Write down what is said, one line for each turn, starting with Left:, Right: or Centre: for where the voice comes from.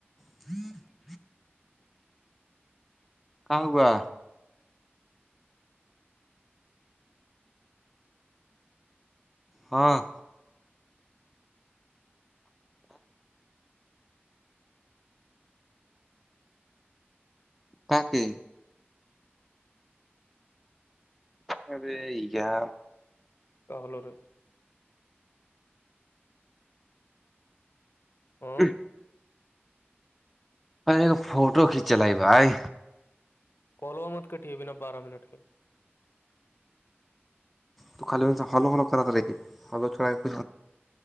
Centre: <inaudible> آوا ہاں کا کے ارے کیا
Left: کالور
Centre: <inaudible>
Left: ہاں
Centre: پے فوٹو کھینچ لے بھائی
Left: کالوا مت کٹے بنا بارہ منٹ کے
Centre: تو خالی ہوو کرتا تھا ر ہو چوا پے